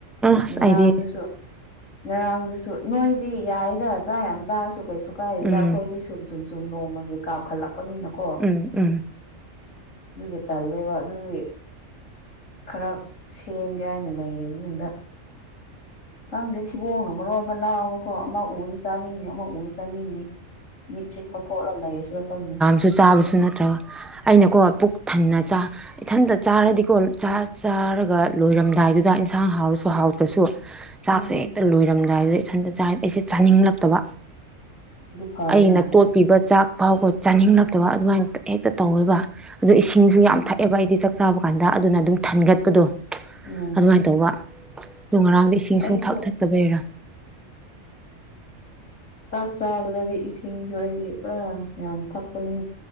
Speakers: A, in the centre; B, on the left.
A: ꯑꯁ
B: ꯉꯔꯥꯡꯗꯨꯁꯨ
A: ꯑꯩꯗꯤ
B: ꯉꯔꯥꯡꯗꯨꯁꯨ ꯅꯣꯏꯗꯤ ꯌꯥꯏꯗ ꯆꯥꯛ ꯌꯥꯝ ꯆꯥꯔꯁꯨ ꯀꯩꯁꯨ ꯀꯥꯏꯗꯨꯗ
A: ꯎꯝ
B: ꯑꯩꯈꯣꯏꯗꯤ ꯁꯨꯝ ꯁꯨꯝ ꯁꯨꯝ ꯅꯣꯡꯃꯒꯤ ꯀꯥꯞꯈꯠꯂꯛꯄꯅꯤꯅꯀꯣ
A: ꯎꯝ ꯎꯝ
B: ꯑꯗꯨꯒꯤ ꯇꯜꯂꯦꯕ ꯑꯗꯨꯒꯤ ꯈꯔ ꯁꯦꯝꯒꯦ ꯍꯥꯏꯅ ꯂꯩꯔꯤ ꯅꯪꯗ ꯈꯪꯗꯦ ꯊꯤꯕꯣꯡꯅ ꯃꯔꯣꯟ ꯑꯃ ꯂꯥꯎꯕꯀꯣ ꯑꯃ ꯎꯅ ꯆꯥꯅꯤꯡꯉ ꯑꯃ ꯎꯅ ꯆꯥꯅꯤꯡꯅꯤ ꯃꯤꯠꯁꯦ ꯀꯣꯊꯣꯛꯂꯒ ꯂꯩꯔꯁꯤꯅ ꯈꯪꯗꯦ
A: ꯁꯨ ꯆꯥꯕꯁꯨ ꯅꯠꯇ꯭ꯔꯒ ꯑꯩꯅꯀꯣ ꯄꯨꯛ ꯊꯟꯅꯥ ꯆꯥ ꯏꯊꯟꯇ ꯆꯥꯔꯗꯤꯀꯣ ꯆꯥꯔꯒ ꯂꯣꯏꯔꯝꯗꯥꯏꯗꯨꯗ ꯏꯟꯁꯥꯡ ꯍꯥꯎꯔꯁꯨ ꯍꯥꯎꯇ꯭ꯔꯁꯨ ꯆꯥꯛꯁꯦ
B: ꯎꯝ
A: ꯍꯦꯛꯇ ꯂꯣꯏꯔꯝꯗꯥꯏꯗꯨꯗ ꯏꯊꯟꯇ ꯆꯥ ꯑꯩꯁꯦ ꯆꯥꯅꯤꯡꯂꯛꯇꯕ꯫
B: ꯑꯗꯨ ꯐꯔꯦꯅ
A: ꯑꯩꯅ ꯇꯣꯠꯄꯤꯕ ꯆꯥꯛ ꯐꯥꯎꯕꯣ ꯆꯥꯅꯤꯡꯂꯛꯇꯕ ꯑꯗꯨꯃꯥꯏꯅ ꯍꯦꯛꯇ ꯇꯧꯋꯦꯕ ꯑꯗꯨ ꯏꯁꯤꯡꯁꯨ
B: ꯎꯝ
A: ꯌꯥꯝ ꯊꯛꯑꯦꯕ ꯑꯩꯗꯤ ꯆꯥꯛ ꯆꯥꯕ ꯀꯥꯟꯗ ꯑꯗꯨꯅ ꯑꯗꯨꯝ ꯊꯟꯒꯠꯄꯗꯣ
B: ꯎꯝ ꯎꯝ
A: ꯑꯗꯨꯃꯥꯏꯅ ꯇꯧꯕ ꯑꯗꯣ ꯉꯔꯥꯡꯗ ꯏꯁꯤꯡ
B: ꯑꯩꯁꯨ
A: ꯁꯨꯝ ꯊꯛ ꯊꯛꯇ ꯕꯩꯔ꯫
B: ꯆꯥꯛ ꯆꯥꯕꯗꯗꯤ ꯏꯁꯤꯡꯁꯨ ꯑꯩꯗꯤ ꯄꯨꯔꯥ ꯌꯥꯝ ꯊꯛꯄꯅꯦ